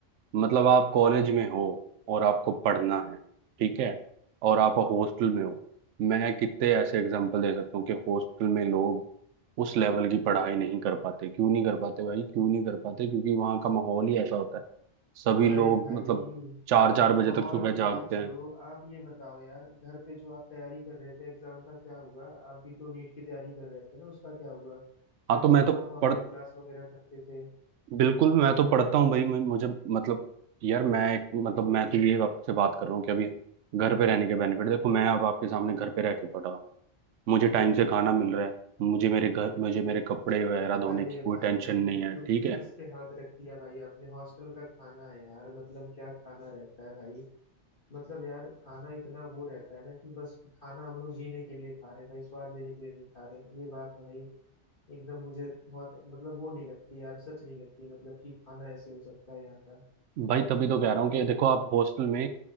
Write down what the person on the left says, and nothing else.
अरे
भाई
माहौल
की
बात छोड़ो
आप ये बताओ यार घर पे जो आप तैयारी कर रहे थे एग्जाम का क्या हुआ आप भी तो नीट की तैयारी कर रहे थे ना उसका क्या हुआ
मैंने
सुना
आप
ऑनलाइन क्लास वगैरह करते थे
अरे
भाई
दुखती
नस पे हाथ रख दिया भाई आपने हॉस्टल का खाना है यार मतलब क्या खाना रहता है भाई मतलब यार खाना इतना वो रहता है ना कि बस खाना हम लोग जीने के लिए खा रहे हैं भाई स्वाद लेने के लिए नहीं खा रहे हैं। ये बात भाई एकदम मुझे बहुत मतलब वो नहीं लगती यार सच नहीं लगती मतलब कि खाना ऐसे हो सकता है यहाँ का